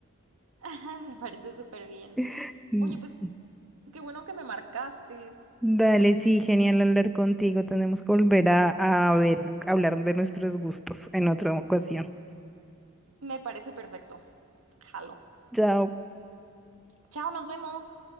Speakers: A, on the right (about 85°); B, in the centre.
A: <laughs> Me parece súper bien.
B: <laughs>
A: Oye, pues qué bueno que me marcaste.
B: Dale, sí, genial hablar contigo. Tenemos que volver a, a ver, hablar de nuestros gustos en otra ocasión.
A: Me parece perfecto. Jalo.
B: Chao.
A: Chao, nos vemos.